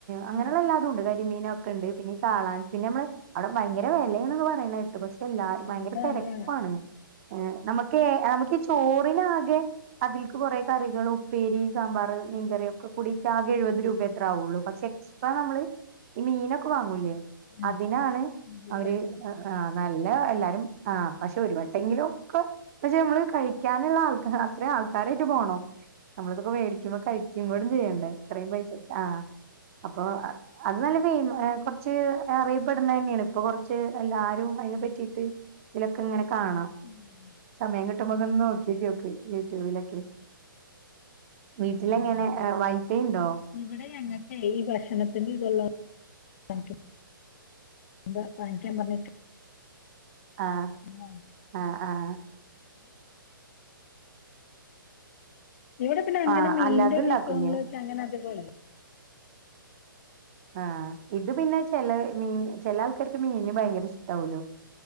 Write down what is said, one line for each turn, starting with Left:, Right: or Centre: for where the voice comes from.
Right: അങ്ങനെയുള്ള
Left: ആ
Right: എല്ലാതുംണ്ട് കരിമീനൊക്കെണ്ട് പിന്ന ഈ കാളാഞ്ചി പിന്നെ നമ്മള് അവിടെ ഭയങ്കര വിലേന്ന് പറയണേട്ട് പക്ഷെ എല്ലരും ഭയങ്കര
Left: എല്ലാല്ലേ
Right: തിരക്കാണ് ഏഹ് നമക്ക് നമക്ക് ചോറിനാകെ അതിൽക്ക് കുറെ കറികളും ഉപ്പേരി സാമ്പാറ് മീൻകറി ക്കെ കൂടിയിട്ടാകെ എഴുപത് രൂപയത്ര
Left: ആ ആ
Right: ആവുള്ളൂ പക്ഷെ എക്സ്ട്രാ നമ്മള് ഈ മീനൊക്കെ വാങ്ങൂല്ലേ
Left: ആ,
Right: അതിനാണ്
Left: പിന്നെ കൂന്തല്
Right: അവര്
Left: കഴിച്ചു.
Right: എഹ് ആഹ് നല്ല എല്ലാരും ആഹ് പക്ഷെ ഒരു വട്ടെങ്കിലും ഒക്ക പക്ഷെ നമ്മള് കഴിക്കാനുള്ള ആൾക്കരേ അത്ര ആൾക്കാരായിട്ട് പോണം നമ്മള് ഇതൊക്കെ മേടിക്കുമ്പോ കഴിക്കും കൂടും ചെയ്യണ്ടേ ഇത്രയും പൈസ ആഹ് അപ്പൊ അത് നല്ല പെമ് എഹ് കൊറച്ച് അറിയപ്പെടുന്നന്നെയാണ് ഇപ്പൊ കൊറച്ച് എല്ലാരും അയ്നെ പറ്റിട്ട് ലൊക്കെങ്ങനെ കാണാ
Left: ഉം.
Right: സമയം കിട്ടുമ്പോക്ക ഒന്ന് നോക്കിക്ക്യോ ക്ക് യൂട്യൂബിലൊക്കെ വീട്ടിലങ്ങനെ
Left: ഉം.
Right: എഹ് വൈഫയ് ണ്ടോ
Left: ഇവിടെ ഞങ്ങക്കെ ഈ ഭക്ഷണത്തിന്റെ ഇതല്ലാം <unintelligible> എന്താ <unintelligible> പറഞ്ഞിട്ട്
Right: ആഹ്
Left: <unintelligible>
Right: ആഹ് ആഹ്
Left: ഇവിടെ പിന്നെ അങ്ങനെ
Right: ആഹ്
Left: മീന്റെ
Right: അല്ലാതെ ഇണ്ടാക്കൂലേ
Left: വിഭവങ്ങൾ വെച്ച അങ്ങനെ അതപോല
Right: ആഹ് ഇത് പിന്നെ ചില മീൻ ചില ആൾക്കാർക്ക് മീന് ഭയങ്കര ഇഷ്ടവോല്ലോ